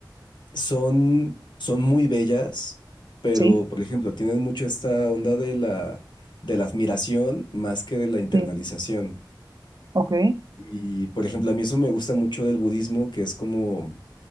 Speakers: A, on the left; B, on the right.
A: son, son muy bellas, pero
B: sí,
A: por ejemplo tienen mucho esta onda de la, de la admiración más que de la internalización.
B: sí, ok,
A: Y, por ejemplo, a mí eso me gusta mucho del budismo, que es como